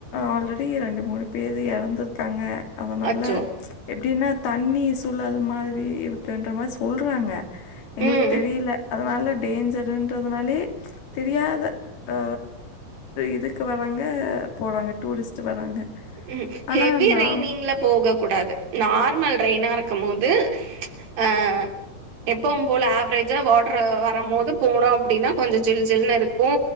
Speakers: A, on the left (about 80°); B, on the right (about 70°).
A: ஆல்ரெடி ரெண்டு மூணு பேரு எறந்துருக்காங்க அதுனால
B: அச்சோ
A: எப்டின்னா தண்ணி சூழல் மாரி இருக்குன்ற மாரி சொல்றாங்க எங்களுக்கு
B: ம்
A: தெரியில அதுனால டேஞ்சருன்றதுனாலயே தெரியாத அ இதுக் வராங்க போறாங்க டூரிஸ்ட் வராங்க
B: ம்
A: ஆனா
B: ஹெவி
A: நாம்
B: ரெய்னிங்ல போக கூடாது நார்மல் ரெய்னா இருக்கு போது அ எப்பவு போல ஆவரேஜா வாட்ரு வர போது போனோ அப்டின்னா கொஞ்சோ ஜில் ஜில்னு இருக்கு